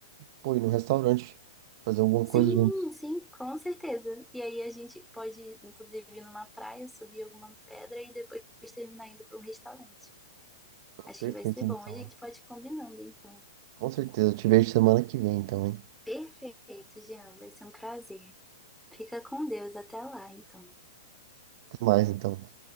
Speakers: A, on the right; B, in the centre.
A: pô, ir no restaurante, fazer alguma
B: Sim,
A: coisa juntos.
B: sim, com certeza. E aí a gente pode, inclusive, ir numa praia, subir alguma pedra e depois terminar indo para um restaurante. Acho
A: Perfeito,
B: que vai ser bom.
A: então,
B: A gente
A: hein?
B: pode ir combinando, então.
A: Com certeza. Eu te vejo semana que vem, então, hein?
B: Perfeito, Jean. Vai ser um prazer. Fica com Deus até lá, então.
A: Até mais, então.